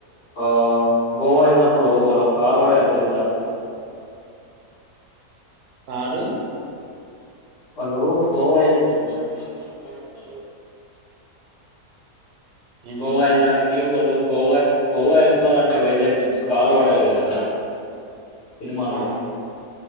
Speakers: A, on the left; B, on the right.
A: ఆ గోవా వెళ్ళినప్పుడు వాళ్ళు కార్ వాడారు తెలుసా
B: ఆరు
A: హలో గోవా వెళ్ళట ఇప్పుడు ఒక కార్ వాడుతారు
B: ఏంటో
A: గోవా వెళ్డానికి వాళ్ళు గోవా గోవా వెళ్ళాలంటే వైజాగ్ కి నుంచి కార్ వాడారు కదా సినిమాలో
B: ఆ